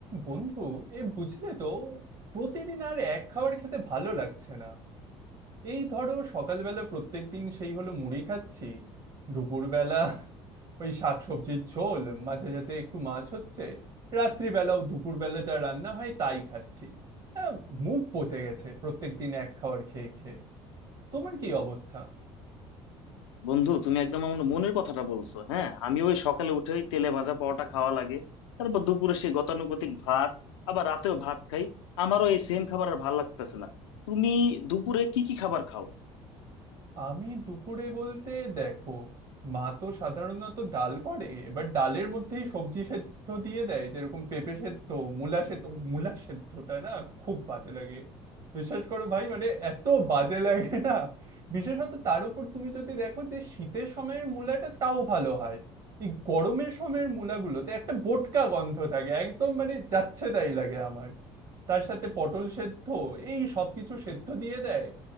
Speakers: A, on the right (about 45°); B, on the left (about 80°).
A: বন্ধু এ বুঝলে তো প্রতিদিন আর এক খাবার খেতে ভালো লাগছে না এই ধরো সকালবেলা প্রত্যেকদিন সেই হলো মুড়ি খাচ্ছি দুপুরবেলা ওই শাকসবজির ঝোল মাঝে মাঝে একটু মাছ হচ্ছে রাত্রিবেলাও দুপুরবেলা যা রান্না হয় তাই খাচ্ছি হ্যাঁ মুখ পচে গেছে প্রত্যেকদিন এক খাবার খেয়ে খেয়ে তোমার কি অবস্থা
B: বন্ধু তুমি একদম আমার মনের কথাটা বলছো হ্যাঁ আমি ওই সকালে উঠে ওই তেলে ভাজা পরোটা খাওয়া লাগে তারপর দুপুরে সেই গতানুগতিক ভাত আবার রাতেও ভাত খাই আমারও এই সেম খাবার আর ভাল লাগতেছে না তুমি দুপুরে কি কি খাবার খাও
A: আমি দুপুরে বলতে দেখো মা তো সাধারণত ডাল করে এবার ডালের মধ্যেই সবজি সেদ্ধ দিয়ে দেয় যেরকম পেঁপে সেদ্ধ মূলা সেদ্ধ মূলা সেদ্ধটা না খুব বাজে লাগে বিশ্বাস করো ভাই মানে এত বাজে লাগে না বিশেষত তার উপর তুমি যদি দেখো যে শীতের সময়ের মূলাটা তাও ভালো হয় এই গরমের সময়ের মূলাগুলোতে একটা বোটকা গন্ধ থাকে একদম মানে যাচ্ছে তাই লাগে আমার তার সাথে পটল সেদ্ধ এই সবকিছু সেদ্ধ দিয়ে দেয়